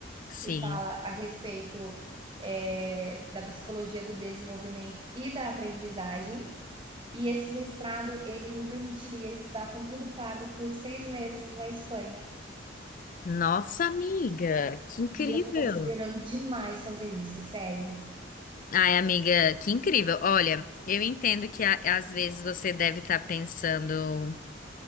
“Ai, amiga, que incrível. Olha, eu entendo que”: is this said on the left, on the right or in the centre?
Left